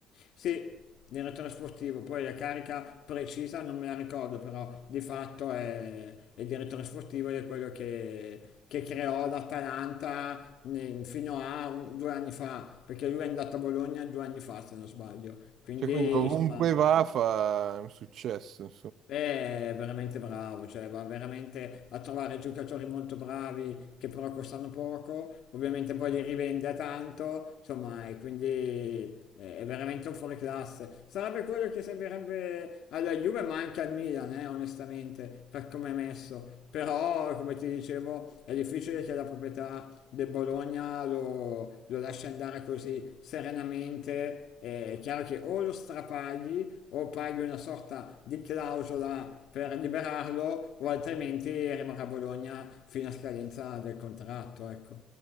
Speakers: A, on the left (about 70°); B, on the right (about 65°).
A: Sì, era trasportivo, poi la carica precisa non me la ricordo, però di fatto è, è direttore sportivo ed è quello che, che creò l'Atalanta ne- fino a un- due anni fa, perché lui è andato a Bologna due anni fa, se non sbaglio. Quindi,
B: Cioè, quindi ovunque
A: insomma,
B: va fa un successo,
A: Beh, è veramente bravo, cioè va veramente a trovare giocatori molto bravi che però costano poco, ovviamente poi li rivende a tanto, insomma, e quindi eh, è veramente un fuoriclasse. Sarebbe quello che servirebbe alla Juve, ma anche al Milan, eh, onestamente, per come è messo. Però, come ti dicevo, è difficile che la proprietà del Bologna lo, lo lascia andare così serenamente. Eh, È chiaro che o lo strapagli o paghi una sorta di clausola per liberarlo o altrimenti rimarrà a Bologna fino a scadenza del contratto. Ecco.